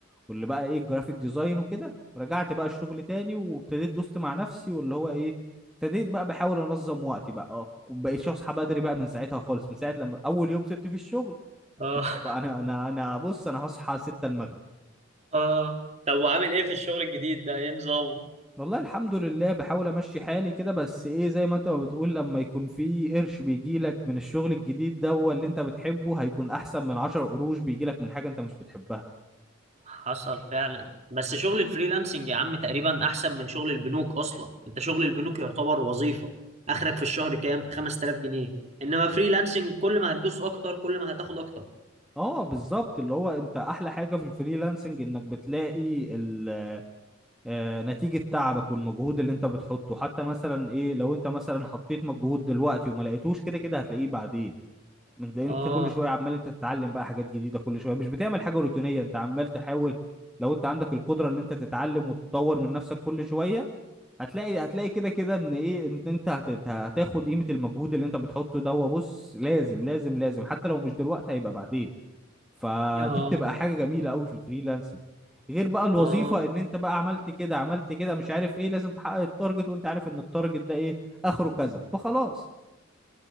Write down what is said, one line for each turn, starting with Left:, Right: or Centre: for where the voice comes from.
Centre: واللي بقى ايه الجرافيك ديزاين وكده رجعت بقى الشغل تاني وابتديت دوست مع نفسي واللي هو ايه ابتديت بقى بحاول انظم وقتي بقى اه بقيت اصحى بدري بقى من ساعتها خالص من ساعه لما اول يوم سبت فيه الشغل
Right: اه
Centre: بقى انا
Right: <laughs>
Centre: انا انا بص انا هصحى 6 المغرب
Right: اه طب وعامل ايه في الشغل الجديد ده ايه نظامه
Centre: والله الحمد لله بحاول امشي حالي كده بس ايه زي ما انت ما بتقول لما يكون في قرش بيجيلك من الشغل الجديد ده هو اللي انت بتحبه هيكون احسن من 10 قروش بيجيلك من حاجة انت مش بتحبها
Right: حصل فعلا بس شغل الفريلانسنج يا عم تقريبا احسن من شغل البنوك اصلا انت شغل البنوك يعتبر وظيفة اخرك في الشهر كام 5000 جنيه انما فريلانسنج كل ما هتدوس اكتر كل ما هتاخد اكتر
Centre: اه بالظبط اللي هو انت احلى حاجه في الفريلانسنج انك بتلاقي ال- آه، نتيجه تعبك والمجهود اللي انت بتحطه حتى مثلا ايه لو انت مثلا حطيت مجهود دلوقتي وما لقيتوش كده كده هتلاقيه بعدين من لأن
Right: اه
Centre: انت كل شويه عمال انت تتعلم بقى حاجات جديده كل شويه مش بتعمل حاجه روتينيه انت عمال تحاول لو انت عندك القدره ان انت تتعلم وتطور من نفسك كل شويه هتلاقي هتلاقي كده كده ان ايه ان انت هت- هتاخد قيمه المجهود اللي انت بتحطه ده وبص لازم لازم لازم حتى لو مش دلوقتي هيبقى بعدين فدي
Right: اه
Centre: بتبقى حاجة جميلة قوي في الفريلانسنج غير بقى الوظيفة
Right: اه
Centre: ان انت بقى عملت كده عملت كده مش عارف ايه لازم تحقق التارجت وانت عارف ان التارجت ده ايه اخره كذا فخلاص